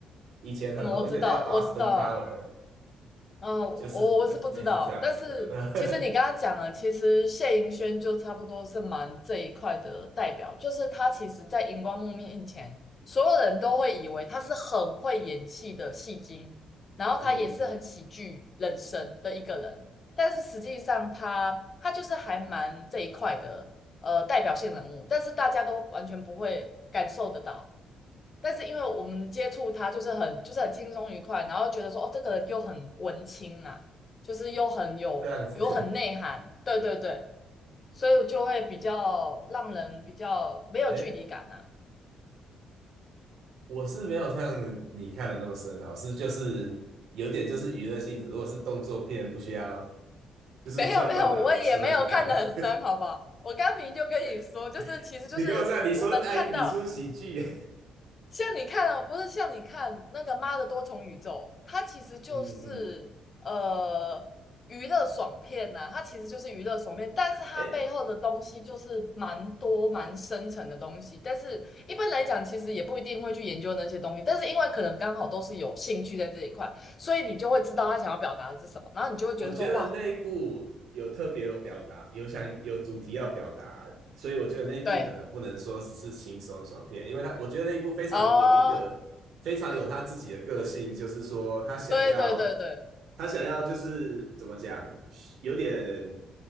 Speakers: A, on the right; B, on the left.
A: 以前很红一个叫
B: 嗯，我知道，
A: Austin
B: 我知道。
A: Power，
B: 嗯，我我是不知道，
A: 就是就是类似这样子的，
B: 但是其实你刚刚讲了，其实谢盈萱就差不多是蛮这一块的代表，就是她其实在荧光幕面前，所有人都会以为他是很会演戏的戏精，然后他也是很喜剧人生的一个人，
A: <laughs> 嗯，
B: 但是实际上他他就是还蛮这一块的呃代表性人物，但是大家都完全不会感受得到。但是因为我们接触他就是很就是很轻松愉快，然后觉得说哦，这个人又很文青啊，就是又很有有很内涵，
A: 这样子。
B: 对对对，所以就会比较让人比较没有距离感啊。
A: <laughs> 哎，我是没有像你看的那么深啊，我是就是有点就是娱乐性质，如果是动作片不需要就是不需要动脑，
B: 没有没有，我也没有看得很深，
A: 我也是会去看。<laughs>
B: 好不好？我刚明明就跟你说，
A: <laughs>
B: 就是其实就是我们看到
A: 你给我在，你说哎，你说喜剧，
B: 像你看哦，不是像你看那个《妈的多重宇宙》，它其实就是呃娱乐爽片呐、
A: 嗯嗯，
B: 它其实就是娱乐爽片，但是它背后的东西就是蛮多蛮深层的东西。
A: 哎，
B: 但是一般来讲，其实也不一定会去研究那些东西，但是因为可能刚好都是有兴趣在这一块，所以你就会知道他想要表达的是什么，然后你就会觉得说哇，
A: 我觉得那一部有特别有表达，有想有主题要表达，所以我觉得那一部可能不能说只是轻松爽片，
B: 对，
A: 因为他我觉得那一部非常有一个非常有他自己的个性，
B: 哦，
A: 就是说他想要
B: 对对对对，
A: 他想要就是怎么讲，有点